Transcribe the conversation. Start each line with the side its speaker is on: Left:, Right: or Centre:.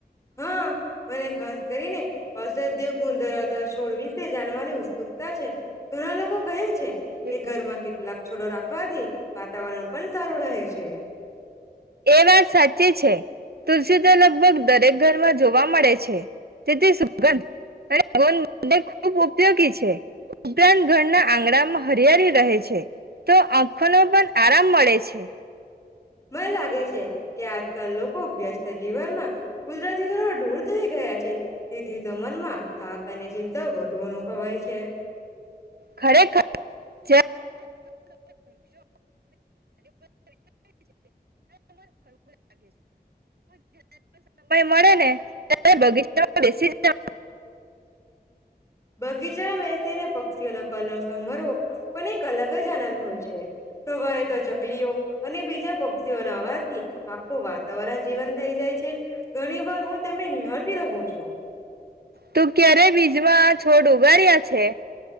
Left: હા મને ખાસ કરીને અસધ્ય ગુણ ધરાવતા છોડ વિશે જાણવાની ઉત્સુકતા છે. ઘણા લોકો
Right: એ
Left: કહે છે કે ઘરમાં કેટલાક છોડો રાખવાથી વાતાવરણ પણ સારું રહે છે
Right: વાત સાચી છે. તુલસી તો લગભગ દરેક ઘરમાં જોવા મળે છે. તેથી સુગંધ અને ખૂબ ઉપયોગી છે. ઉપરાંત ઘરના આંગણામાં હરિયાળી રહે છે. તો આંખને પણ આરામ મળે છે.
Left: મને લાગે છે. કે આજકાલ લોકો વ્યસ્ત જીવનમાં કુદરતી થોડા દૂર થઈ ગયા છે. તેથી તો મનમાં થાક અને ચિંતાઓ વધુ અનુભવાય છે.
Right: ખરેખર સમય મળેને બગીચામાં બેસીને.
Left: બગીચા બેસીને પક્ષી. પક્ષીઓનો કલર સમરવો પણ એક અલગ જ આનંદ હોય છે. સવારે તો ચકલીઓ અને બીજા પક્ષીઓના અવાજથી આખું વાતાવરણ જીવંત થઈ જાય છે. ઘણી વાર હું તેમને નિહાળતી રહું છું.
Right: તું ક્યારે બીજમાં છોડ ઉગાડીયા છે.